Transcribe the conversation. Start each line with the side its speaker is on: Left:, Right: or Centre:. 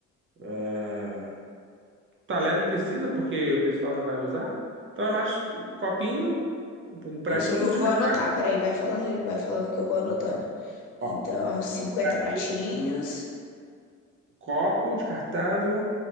Right: ah, talher não precisa, porque o pessoal não vai usar. Então é mais um copinho, um pratinho
Left: Isso eu vou,
Right: descartável.
Left: vou anotar, peraí, vai falando, vai falando que eu vou anotando.
Right: Ó,
Left: Então, 50
Right: o pratinho.
Left: pratinhos.
Right: Copo descartável.